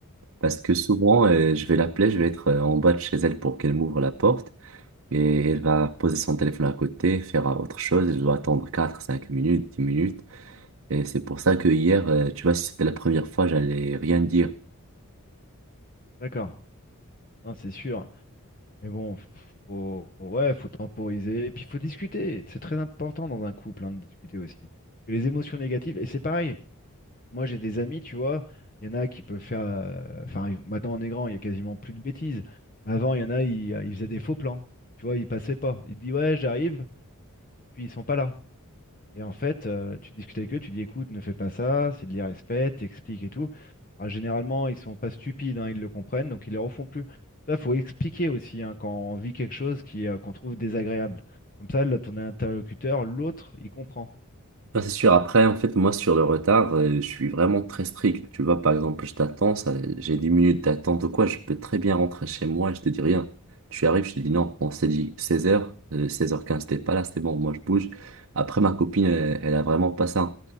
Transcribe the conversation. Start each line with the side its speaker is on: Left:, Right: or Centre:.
Right: parce que souvent, euh, je vais l'appeler, je vais être euh, en bas de chez elle pour qu'elle m'ouvre la porte, et elle va poser son téléphone à côté, faire euh, autre chose, et je dois attendre 4 5 minutes, 10 minutes. Et c'est pour ça que hier, euh, tu vois, si c'était la première fois, j'allais rien dire.
Left: D'accord. Non, c'est sûr. Mais bon, faut, ouais, faut temporiser, et puis faut discuter. C'est très important dans un couple, hein, de discuter aussi. Et les émotions négatives, et c'est pareil. Moi, j'ai des amis, tu vois, il y en a qui peuvent faire. euh, Enfin, ils- maintenant, on est grand, il y a quasiment plus de bêtises. Mais avant, il y en a, ils, euh, ils faisaient des faux plans. Tu vois, ils passaient pas. Ils disent, ouais, j'arrive, puis ils sont pas là. Et en fait, euh, tu discutes avec eux, tu dis, écoute, ne fais pas ça, c'est de l'irrespect, t'expliques et tout. Alors, généralement, ils sont pas stupides, hein, ils le comprennent, donc ils les refont plus. Ça, faut expliquer aussi hein, quand on vit quelque chose qui, euh, qu'on trouve désagréable. Comme ça, là, ton interlocuteur, l'autre, il comprend.
Right: Ah, c'est sûr. Après, en fait, moi, sur le retard, euh, je suis vraiment très strict. Tu vois, par exemple, je t'attends, ça, j'ai 10 minutes d'attente ou quoi, je peux très bien rentrer chez moi et je te dis rien. Tu arrives, je te dis non, on s'est dit seize heures euh, seize heures quinze t'es pas là, c'est bon, moi, je bouge. Après, ma copine, elle, elle a vraiment pas ça.